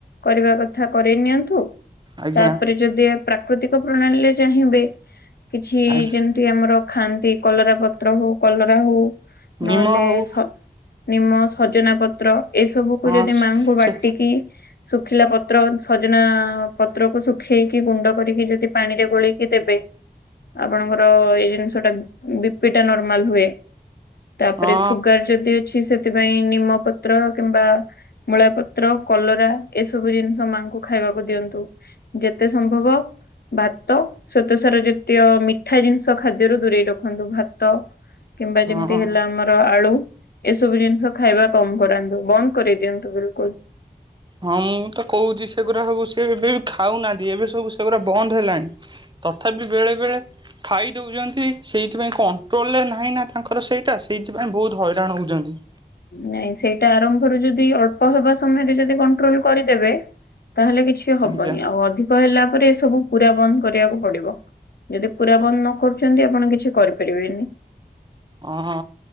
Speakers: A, on the left; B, on the right.
A: କରିବା କଥା କରେଇ ନିଅନ୍ତୁ
B: ଆଜ୍ଞା ଆଜ୍ଞା
A: ତାପରେ ଯଦି ପ୍ରାକୃତିକ ପ୍ରଣାଳୀରେ ଚାହିଁବେ କିଛି
B: ଆଜ୍ଞା
A: ଯେମିତି ଆମର ଖାଆନ୍ତି କଲରା ପତ୍ର ହଉ କଲରା ହଉ
B: ନିମ
A: ନହେଲେ
B: ହଉ
A: ସ ନିମ ସଜନା ପତ୍ର ଏସବୁକୁ
B: ହଁ
A: ଯଦି ମାଙ୍କୁ
B: ସେ
A: ବାଟିକି ଶୁଖିଲା ପତ୍ର ସଜନା ପତ୍ରକୁ ଶୁଖେଇକି ଗୁଣ୍ଡ କରିକି ଯଦି ପାଣିରେ ଗୋଳିକି ଦେବେ ଆପଣଙ୍କର ଏଇ ଜିନି ସେଟା ବିପିଟା ନର୍ମାଲ ହୁଏ ତାପରେ
B: ହଁ
A: ସୁଗାର ଯଦି ଅଛି ସେଥିପାଇଁ ନିମପତ୍ର କିମ୍ବା ମୂଳା ପତ୍ର କଲରା ଏସବୁ ଜିନିଷ ମାଆଙ୍କୁ ଖାଇବାକୁ ଦିଅନ୍ତୁ। ଯେତେ ସମ୍ଭବ ଭାତ ଶ୍ୱେତ ସାର ଯେତୀୟ ମିଠା ଜିନିଷ ଖା ରୁ ଦୂରେଇ ରଖନ୍ତୁ ଭାତ କିମ୍ବା ଯେମିତି
B: ହଁ
A: ହେଲା ଆମର ଆଳୁ ଏସବୁ ଜିନିଷ ଖାଇବା କମ କରାନ୍ତୁ ବନ୍ଦ କରିଦିଅନ୍ତୁ ବିଲକୁଲ।
B: ହଁ ମୁଁ ତ କହୁଛି ସେଗୁଡା ସବୁ ସେ ଏବେ ବି ଖାଉନାହାନ୍ତି ଏବେ ସବୁ ସେଗୁଡା ବନ୍ଦ ହେଲାଣି। ତଥାପି ବେଳେବେଳେ ଖାଇ ଦେଉଛନ୍ତି ସେଇଥିପାଇଁ କଣ୍ଟ୍ରୋଲରେ ନାହିଁ ନା ତାଙ୍କର ସେଇଟା ସେଇଥିପାଇଁ ବହୁତ ହଇରାଣ ହେଉଛନ୍ତି।
A: ନାଇଁ ସେଇଟା ଆରମ୍ଭରୁ ଯଦି ଅଳ୍ପ ହେବା ସମୟରେ ଯଦି କଣ୍ଟ୍ରୋଲ କରିଦେବେ ତାହେଲେ କିଛି ହବନି
B: ଆଜ୍ଞା
A: ଆଉ ଅଧିକ ହେଲା ପରେ ଏ ସବୁ ପୁରା ବନ୍ଦ କରିବାକୁ ପଡିବ। ଯଦି ପୁରା ବନ୍ଦ ନ କରୁଛନ୍ତି ଆପଣ କିଛି କରିପାରିବେନି।
B: ଆଁ